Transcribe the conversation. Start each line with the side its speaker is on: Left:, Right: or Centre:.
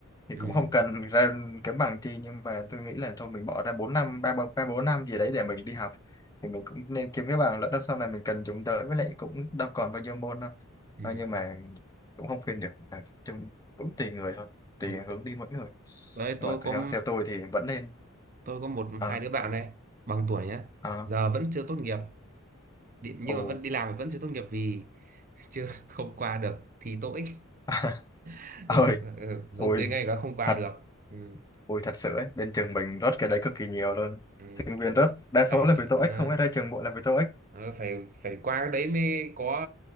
Left: thì
Right: ừ,
Left: cũng không cần ra kiếm bằng chi nhưng mà tôi nghĩ là thôi mình bỏ ra 4 năm ba bốn ba bốn năm gì đấy để mình đi học thì mình cũng nên kiếm cái bằng lỡ đâu sau này mình cần dùng tới với lại cũng đâu còn bao nhiêu môn đâu
Right: ừ.
Left: Ờ, nhưng mà cũng không khuyên được à, chung cũng tùy người thôi tùy
Right: Ừ,
Left: hướng đi mỗi người
Right: Đấy,
Left: nhưng
Right: tôi
Left: mà theo
Right: có
Left: theo tôi thì vẫn nên
Right: tôi có một
Left: ờ
Right: hai đứa bạn này bằng tuổi nhá
Left: ờ
Right: giờ vẫn chưa tốt nghiệp đi- nhưng
Left: ồ
Right: mà vẫn đi làm mà vẫn chưa tốt nghiệp vì chưa <laughs> không qua được thi TOEIC
Left: <laughs>
Right: <laughs>
Left: ơi
Right: ừ, ừ, dốt
Left: ôi
Right: tiếng Anh đã không qua
Left: thật
Right: được ừ,
Left: ôi thật sự ấy bên trường mình rớt cái đấy cực kỳ nhiều luôn
Right: ừ,
Left: sinh viên rớt đa số
Right: phải
Left: là vì tô
Right: ờ,
Left: ích không phải ra trường bộ là vì tô ích
Right: Ờ, phải phải qua cái đấy mới có